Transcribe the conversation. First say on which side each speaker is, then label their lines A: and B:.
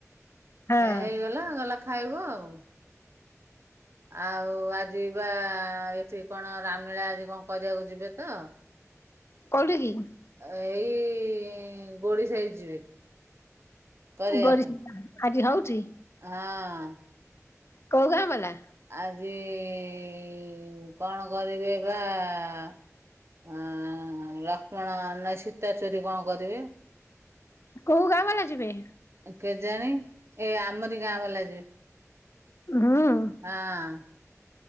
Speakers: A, on the left; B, on the right.
A: ହଁ
B: ଏ ହେଇଗଲା ଗଲା ଖାଇବ ଆଉ। ଆଉ ଆଜି ବା ଏଠି କଣ ରାମନୀଳା ଆଜି କଣ କରିବାକୁ ଯିବେ ତ?
A: କଉଠିକି?
B: ଏଇ-ଇଁ ଗୋଡି ସାହି ଯିବେ। କରିଆକୁ
A: ଗରିଶା ଆଜି ହଉଛି
B: ହଁ।
A: କୋଉ ଗାଁ ଵାଲା?
B: ଆଜି-ଇ-ଇଁ କଣ କରିବି ବା-ଆ ଅଁ ଲକ୍ଷ୍ମଣ ନା ସୀତା ଚୋରି କଣ କରିବେ?
A: କୋଉ ଗାଁ ବାଲା ଯିବେ?
B: କେଜାଣି ଏଇ ଆମରି ଗାଁ ବାଲା ଯିବେ।
A: ହୁଁ।
B: ହାଁ।